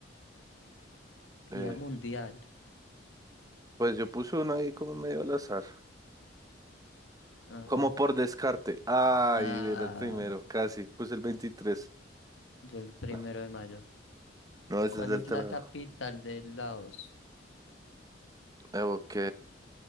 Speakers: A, on the left; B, on the right.
A: Día
B: Eh,
A: Mundial.
B: pues yo puse uno ahí como medio al azar.
A: A
B: Como
A: ver.
B: por descarte. Ay,
A: Ah,
B: era el primero, casi. Puse el veintitrés.
A: yo el primero
B: No,
A: de mayo.
B: no, ese
A: ¿Cuál
B: es del
A: es
B: trabajo.
A: la capital de Laos?
B: Eh, ok.